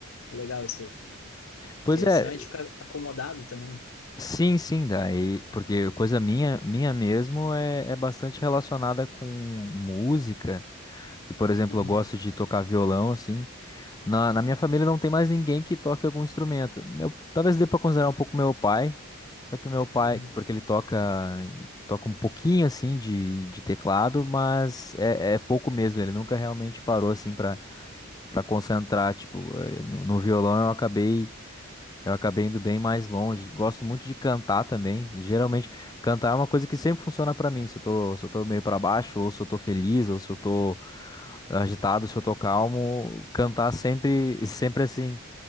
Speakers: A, on the left; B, on the left.
A: É legal isso aí,
B: Pois
A: porque
B: é,
A: senão a gente fica acomodado também.
B: sim, sim, daí, porque coisa minha, minha mesmo é, é bastante relacionada com música. E, por exemplo,
A: Uhum,
B: eu gosto de tocar violão, assim. Na, na minha família não tem mais ninguém que toque algum instrumento. Meu, talvez dê para considerar um pouco meu pai, só que meu pai,
A: uhum,
B: porque ele toca, toca um pouquinho, assim, de, de teclado, mas é, é pouco mesmo. Ele nunca realmente parou, assim, para para concentrar. Tipo, eh, no, no violão eu acabei eu acabei indo bem mais longe. Gosto muito de cantar também. E, Geralmente, cantar é uma coisa que sempre funciona pra mim. Se eu tô, se eu tô meio pra baixo, ou se eu tô feliz, ou se eu tô agitado,
A: uhum,
B: se eu tô calmo, cantar sempre, sempre assim,